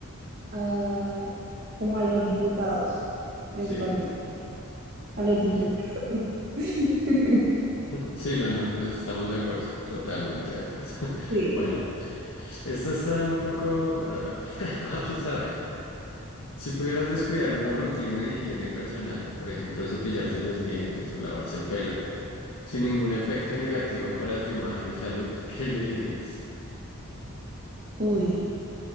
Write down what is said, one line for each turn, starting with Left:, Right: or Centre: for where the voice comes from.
Right: a, como a los diputados, principalmente.
Left: Sí, total.
Right: A los
Left: Ok.
Right: diputados. <laughs>
Left: Sí, no, no, estamos de acuerdo, totalmente de acuerdo. <laughs>
Right: Sí.
Left: Bueno, esta está un poco, eh, <laughs> vamos a ver. Si pudieras descuidar una rutina de higiene personal, por ejemplo, cepillarse los dientes o lavarse el pelo, sin ningún efecto negativo para tu imagen o salud, <laughs> ¿qué elegirías?
Right: Uy.